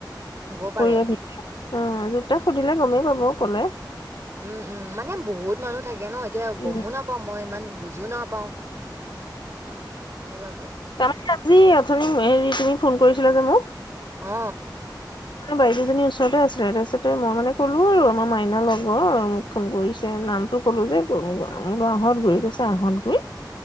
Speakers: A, on the right; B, on the left.
A: হ'ব
B: দুপৰীয়া
A: পাৰে।
B: ভিন অ <unintelligible> তাক সুধিলে গমেই পাব কলে।
A: উম উম মানে বহুত মানুহ থাকে। থাকে ন তিয়া গমো
B: উম
A: নাপাওঁ মই ইমান বোজি বোজিও নাপাওঁ। সেইবাবে
B: তাৰমানে আজি অথনি হেৰি তুমি ফোন কৰিছিলে যে মোক।
A: অ।
B: বাইদেজনীৰ ওচৰতে আছিলে তাৰপিছতে মই মানে ক'লো আৰু আমাৰ মাইনা লগৰ আৰু মোক ফোন কৰিছে নামটো কলো যে গহত ঘূৰি কইছে আহত ঘূৰি।